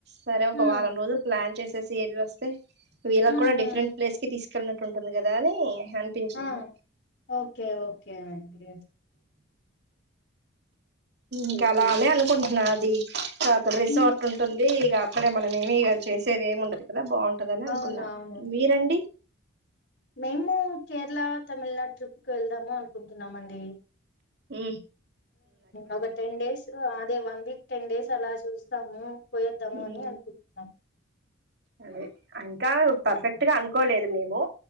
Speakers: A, on the right; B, on the left.
A: సరే ఒక
B: హ్మ్
A: వారం రోజులు ప్లాన్ చేసేసి ఎది వస్తే వీరా
B: హ్మ్
A: కూడా
B: హ్మ్
A: డిఫరెంట్ ప్లేస్ కి తీసుకెల్లినట్టుంటుంది కదా కాని అనిపించింది
B: ఆ! ఓకే ఓకే అండి
A: ఇంక
B: అయితే
A: అలానే అనుకుంటున్నార్ ది ఇ అక్కడ రిసార్ట్
B: హ్మ్.
A: ఉంటుంది ఇక అక్కడ మన ఏమి ఇ చేసేది ఏమి ఉండదు కదా బాగుంటదని అనుకున్నా
B: అవును అవును
A: మీరండి
B: మేము కేరళ తమిళనాడు ట్రిప్కి వెళ్దాము అనుకుంటున్నామండి
A: ఉ
B: ఒక టెన్ డేస్ అదే వన్ వీక్ టెన్ డేస్ అలా చూ స్తము పోయేద్దాము అని
A: ఉమ్.
B: అనుకుంటున్నాం
A: అదే అయి కాదు
B: హ్మ్.
A: పర్ఫెక్ట్ గా అనుకోలేదు మీరు